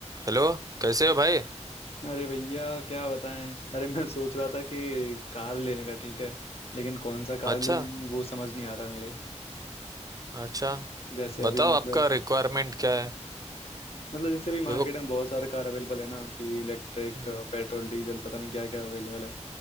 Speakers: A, on the right; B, on the left.
A: हेलो कैसे हो भाई
B: अरे भैया क्या बताएं अरे मैं सोच रहा था कि कार लेने का ठीक है लेकिन कौन सा कार
A: अच्छा
B: लूं वो समझ नहीं आ रहा मेरे
A: अच्छा
B: जैसे अभी
A: बताओ
B: मतलब
A: आपका रिक्वायरमेंट क्या है
B: मतलब जैसे अभी मार्केट
A: देखो
B: में बहुत सारा कार अवेलेबल है ना कि इलेक्ट्रिक
A: हम्म
B: पेट्रोल डीजल पता नहीं क्या क्या अवेलेबल है